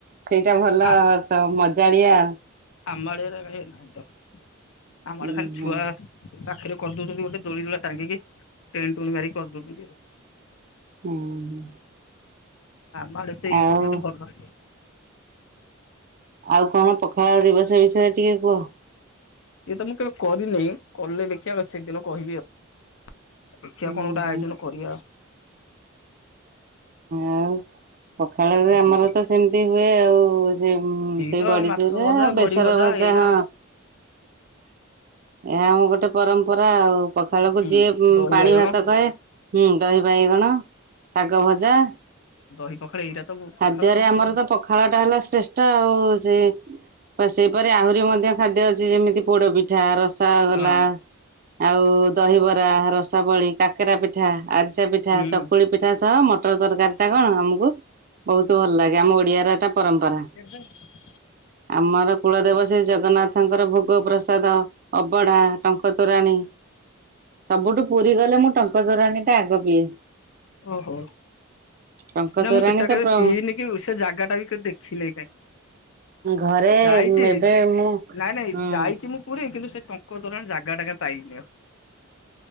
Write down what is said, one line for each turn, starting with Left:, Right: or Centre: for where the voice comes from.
Right: ସେଇଟା ଭଲ
Left: ଆ-
Right: ମଜାଳିଆ।
Left: ଆମ ଆଡେ ଏରା କାଇ ନାହିଁ ତ ଆମ
Right: ହୁଁ
Left: ଆଡେ ଖାଲି ଖାଲି
Right: ହୁଁ
Left: ଛୁଆ ପାଖରେ କରିଦଉଛନ୍ତି ଗୋଟେ ଦୋଳି ଦୂଳା ଟାଙ୍ଗିକି ଟେନ ଟୁ ମାରିକି କରିଦଉଛନ୍ତି ଆଉ।
Right: ହୁଁ ହୁଁ।
Left: ଆମ ଆଡେ ଏତେ ଇଏ
Right: ଆଉ
Left: କରୁନାହାନ୍ତି ଭଲ।
Right: ଆଉ କଣ ପଖାଳ ଦିବସ ବିଷୟରେ ଟିକେ କୁହ।
Left: ସିଏ ତ ମୁଁ କେବେ କରିନେଇ କଲେ ଦେଖିବା ସେଦିନ କହିବି ଆଉ। ଦେଖିଆ
Right: ହୁଁ
Left: କଣ ଗୋଟେ
Right: ହୁଁ
Left: ଆୟୋଜନ କରିବା ଆଉ।
Right: ଆଉ ପଖାଳରେ
Left: ଆଉ
Right: ଆମର
Left: କଣ କୁହ।
Right: ତ ସେମତି ହୁଏ ଆଉ। ସେ ସେଇ
Left: ତ
Right: ବଡିଚୁରା,
Left: ମାଛ ଭଜା ବଡି
Right: ବେସର ଭଜା
Left: ଏଇରା
Right: ହଁ। ଏହା ଆମ ଗୋଟେ ପରମ୍ପରା ଆଉ ପଖାଳକୁ
Left: ହୁଁ
Right: ଯିଏ
Left: ଦହି
Right: ପାଣି
Left: ବାଇଗଣ
Right: ଭାତ କହେ। ହୁଁ, ଦହି ବାଇଗଣ, ଶାଗ ଭଜା।
Left: ଦହି ପଖାଳ ଏଇରା ତ ପଖାଳ
Right: ଖାଦ୍ୟରେ
Left: ଆଉ
Right: ଆମର
Left: କଣ
Right: ତ ପଖାଳଟା ହେଲା ଶ୍ରେଷ୍ଠ, ଆଉ ସେ ସେହିପରି ଆହୁରି ମଧ୍ୟ ଖାଦ୍ୟ ଅଛି, ଯେମିତି ପୋଡ଼ପିଠା ରସ ରସଗୋଲା
Left: ହଁ
Right: ଆଉ ଦହିବରା ରସାବଳି, କାକେରା ପିଠା, ଆ ସା ପିଠା,
Left: ହୁଁ।
Right: ଚକୁଳି ପିଠା ସହ ମଟର ତରକାରୀଟା କଣ, ଆମକୁ ବହୁତ ଭଲ ଲାଗେ, ଆମ ଓଡ଼ିଆର ଏଟା ପରମ୍ପରା
Left: <unintelligible>
Right: ଆମର କୁଳଦେବ ସେ ଜଗନ୍ନାଥଙ୍କର ଭୋଗପ୍ରସାଦ। ଅବଢ଼ା, ଟଙ୍କ ତୋରାଣୀ। ସବୁଠୁ ପୁରୀ ଗଲେ, ମୁଁ ଟଙ୍କ ତୋରାଣୀ ଟା ଆଗ ପିଏ।
Left: ଓହୋ,
Right: ଟଙ୍କ
Left: ନା
Right: ତୋରାଣୀ
Left: ମୁଁ ସେଟା
Right: ତ
Left: କେବେ
Right: ପ୍ର
Left: ପିଇନି, କି ସେ ଜାଗା ଟା ବି କେବେ ଦେଖିନି, କାଇଁ
Right: ଘରେ
Left: ଯାଇଚି,
Right: ଏବେ
Left: ନାଇଁ,
Right: ମୁଁ
Left: ନାଇଁ,
Right: ହଁ
Left: ଯାଇଚି ମୁଁ ପୁରୀ, କିନ୍ତୁ ସେ ଟଙ୍କ ତୋରଣୀ ଜାଗା ଟା କାହିଁ ପାଇଲିିନି, ଆଉ।